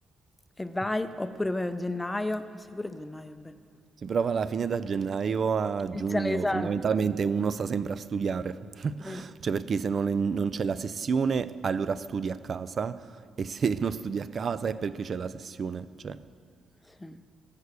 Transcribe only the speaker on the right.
si prova alla fine da gennaio a
giugno,
fondamentalmente uno sta sempre a studiare,
<laughs> cioè perché se non, è- non c'è la sessione allora studi a casa e se <laughs> non studi a casa è perché c'è la sessione, cioè...